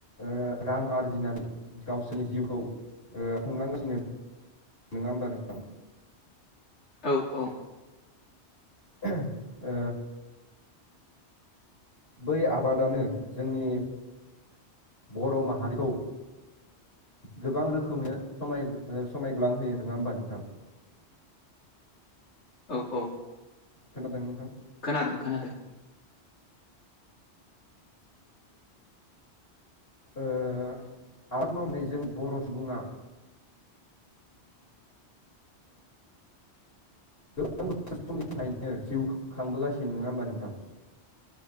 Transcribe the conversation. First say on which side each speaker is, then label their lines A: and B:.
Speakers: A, on the left (about 60°); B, on the left (about 80°).
A: ओ रां आरजिनानै गावसोरनि जिउखौ ओ खुंलांगासिनो होनो नङा होमबा नोंथां
B: औ औ
A: ह ओ बै आबादानो जोंनि बर' माहारिखौ गोबां रोखोमै सम समायग्लांहोयो नङा होमबा नोंथां
B: औ औ
A: खोनादोंमोन नोंथां
B: खोनादों खोनादों
A: आबाद मावनायजों बर' सुबुङा
B: <unintelligible>
A: गोबां समनिफ्रायनो जिउ खांबोगासिनो ननोङा होमबा नोंथां?